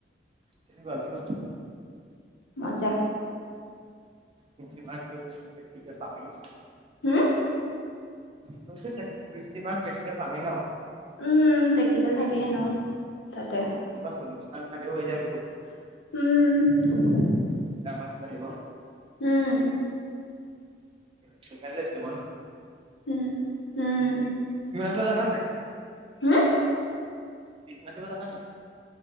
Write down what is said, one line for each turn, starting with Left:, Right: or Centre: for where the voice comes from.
Right: কেনেকুৱা বিহু?
Left: মজা।
Right: <unintelligible>
Left: হুম।
Right: প্ৰেক্টিকেল পামেই ন'?
Left: উম প্ৰেক্টিকেল থাকিয়ে ন' তাতে।
Right: <inaudible>
Left: উম।
Right: <unintelligible>
Left: উম।
Right: কি
Left: উম, উম।
Right: বনাইছিলে জাননে নাই?
Left: হুম
Right: বিহু নাচিব জানা নাই?